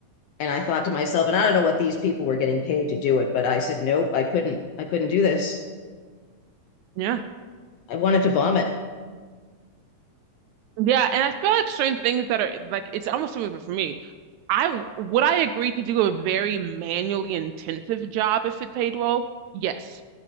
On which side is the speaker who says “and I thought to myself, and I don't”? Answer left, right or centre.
Left